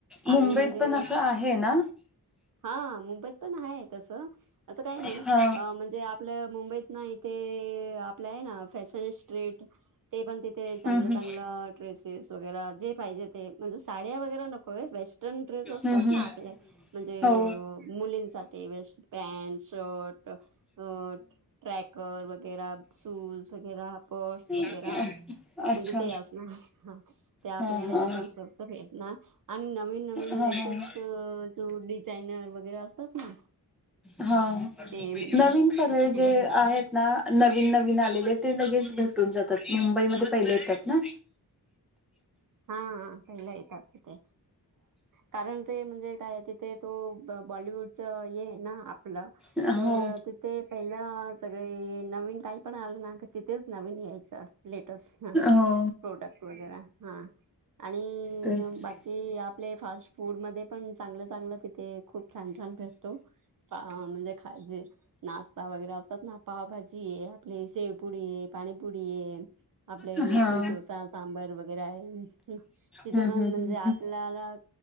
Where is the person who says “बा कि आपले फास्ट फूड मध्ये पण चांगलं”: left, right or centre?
Right